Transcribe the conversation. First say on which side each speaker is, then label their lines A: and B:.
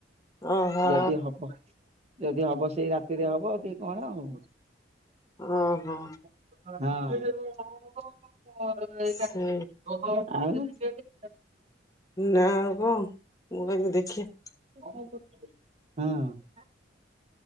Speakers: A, on the left; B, on the right.
A: ଓହୋ
B: ଯଦି ହବ। ଯଦି ହବ ସେଇ ରାତିରେ ହବ କି କଣ ଆଉ।
A: ଓହୋ
B: ହଁ <inaudible>
A: ସେ
B: ଆଉ।
A: ନା ଆଉ କଣ ମୁଁ କହିଲି ଦେଖିଆ।
B: କଣ କରୁଛୁ? ହଁ